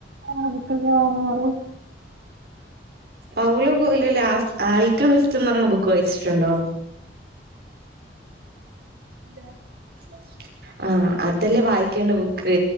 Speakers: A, on the right; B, on the right.
A: ആ ബുക്കെല്ലാം ഒന്ന് പറയ്‌
B: പൗലോ കോയിലോയിലെ ആ ആൽകെമിസ്റ്റ് എന്ന് പറണ ബുക്ക് വായിച്ചിട്ടുണ്ടോ
A: ഇല്ല
B: <inaudible> ആഹ് അതല്ലേ വായിക്കേണ്ട ബുക്ക്